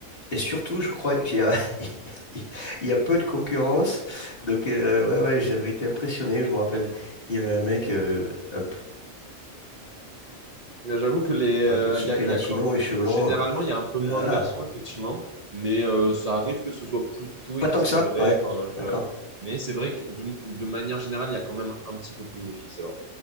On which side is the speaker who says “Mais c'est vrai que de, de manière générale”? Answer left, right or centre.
Right